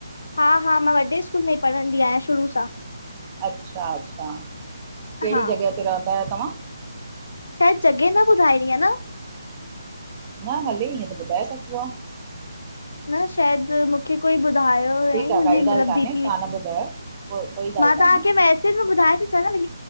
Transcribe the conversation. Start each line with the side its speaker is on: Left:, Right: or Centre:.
Left: हा हा, मां वॾे स्कूल में ई पढ़ंदी आहियां शुरू सां।
Right: अच्छा अच्छा, कहिड़ी
Left: हा।
Right: जॻह ते रहंदा आहियो तव्हां?
Left: शायदि जॻह न ॿुधाईणी आहे न?
Right: न, हले ईअं त ॿुधाए सघबो आहे।
Left: न, शायदि मूंखे कोई। बुधायो हुयईं
Right: ठीकु आहे
Left: मुंझी
Right: काई
Left: मत्लब
Right: ॻाल्हि कान्हे
Left: दीदी,
Right: तव्हां न ॿुधायो को कोई ॻाल्हि
Left: मां
Right: कान्हे
Left: तवांखे मैसेज मे बुधाए। च ल।